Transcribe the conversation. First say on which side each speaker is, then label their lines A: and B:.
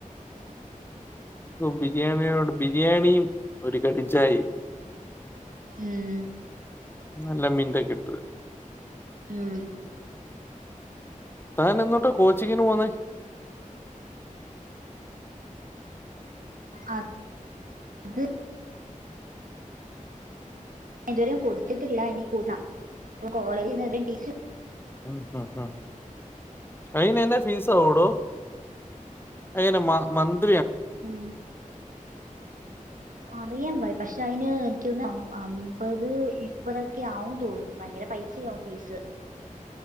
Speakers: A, on the left; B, on the right.
A: ബിരിയാണിയോട് ബിരിയാണിയും ഒരു കടിച്ചായി
B: ഉം
A: നല്ല മിന്റ് ഒക്കെയിട്ട്
B: ഉം
A: താൻ എന്ന് തൊട്ട കോച്ചിങ്ങിന് പോകന്നേ
B: അ അത് എതുവരും കൊടുത്തിട്ടില്ല അനി കൂടാം ഇപ്പൊ കോളേജിൽ ടീസി
A: ഉ ഹ ഹ അയിന്ന്നെ ഫീസ ആകുടോ എങ്ങനെ മന്ത്
B: ഉം അറിയാൻ വയ്യ പക്ഷെ അതിന് എനക്ക് തോന്നുന്നു അമ്പത് മുപ്പതൊക്കെ ആവുംന്ന് തോന്നുന്നത് ഭയങ്കര പൈസയാവും ഫീസ്